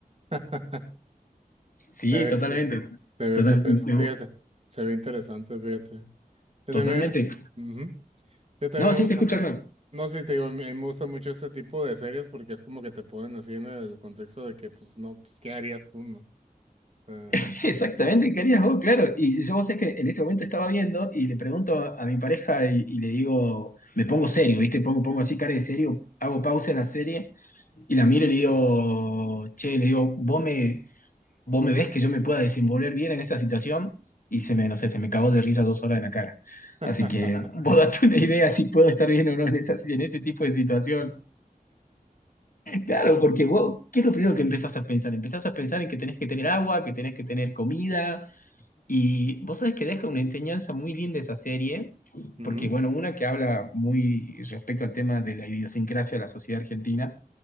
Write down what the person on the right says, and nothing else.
<laughs>
Se ve,
se, se ve,
se ve.
Fíjate, se ve interesante, fíjate. Yo
también, ujú, Yo también
me
gusta,
mu-
no sé, te digo, a mí, a mí me gusta mucho este tipo de series porque es como que te ponen así en el contexto de que, pues, no, pues, ¿qué harías tú, no? Eh,
ujú.
<laughs>
Ujú,